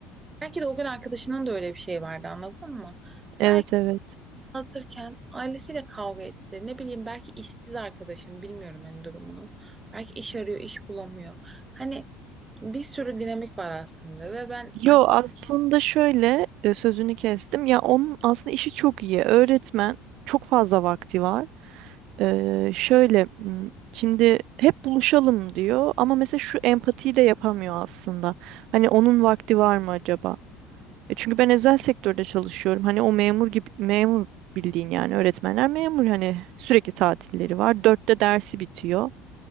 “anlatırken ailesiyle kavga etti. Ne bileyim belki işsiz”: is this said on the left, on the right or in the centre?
Right